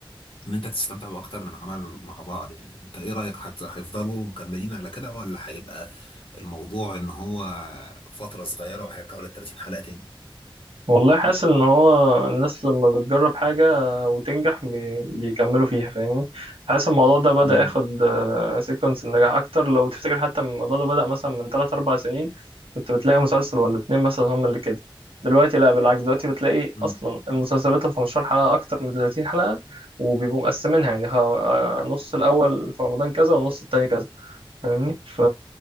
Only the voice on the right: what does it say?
والله حاسس ان هو الناس لما بتجرب حاجة وتنجح بي... بيكملوا فيها فاهمني حاسس الموضوع ده بدأ
ياخد سيكونس النجاح اكتر لو تفتكر حتى الموضوع ده بدأ مثلا من 3 4 سنين كنت بتلاقي مسلسل ولا اتنين مثلا هم اللي كده دلوقتي لا بالعكس دلوقتي بتلاقي
اصلا المسلسلات ال 15 حلقة اكتر من 30 حلقة وبيبقوا مقسمينها يعني خ- آه، نص الاول في رمضان كذا والنص التاني كذا فاهمني ف...